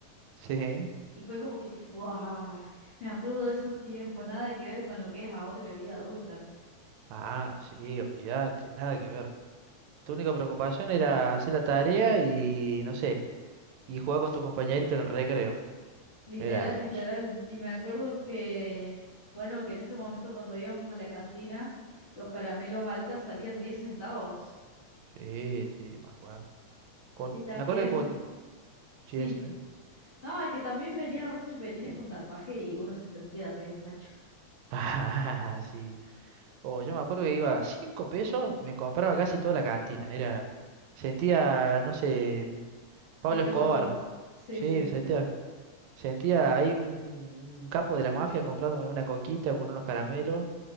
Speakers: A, on the right (about 75°); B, on the left (about 25°).
A: sí.
B: y fue como que, ¡fua! Me acuerdo de esos tiempos, nada que ver con lo que es ahora la vida adulta.
A: Ah, sí, olvídate, nada que ver. Tu única preocupación era hacer la tarea y, no sé, y jugar con tu compañerito en el recreo.
B: Literal,
A: Era hermoso.
B: literal. Y me acuerdo que, bueno, que en ese momento cuando íbamos a la cantina, los caramelos Alca salían 10 centavos.
A: Sí, sí, yo me acuerdo. Con,
B: Y también,
A: me acuerdo que con... Sí,
B: sí,
A: decime.
B: no, es que también venían unos chupetines con tatuaje y uno se sentía re macho.
A: <laughs> Ah, sí. Oh, yo me acuerdo que iba a 5 pesos y me compraba casi toda la cantina. Era... Sentía, no sé, el... Pablo
B: Ricardo
A: Escobar.
B: Ford. Sí,
A: Sí,
B: sí,
A: me
B: sí.
A: sentía... Sentía ahí un, un capo de la mafia comprándome una coquita con unos caramelos.